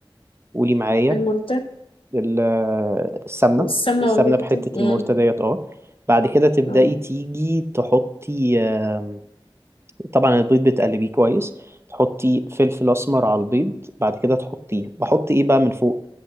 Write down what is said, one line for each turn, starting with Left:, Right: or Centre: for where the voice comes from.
Right: قولي معايا
Left: المرده
Right: ال- آه، السمنه
Left: السمنه
Right: السمنه
Left: والمرده
Right: بحته
Left: امم
Right: المرتة ديت اه بعد كده تبدأي
Left: اه
Right: تيجي تحطي آه، طبعا البيض بتقلبيه كويس تحطي فلفل اسمر على البيض بعد كده تحطيه بحط ايه بقى من فوق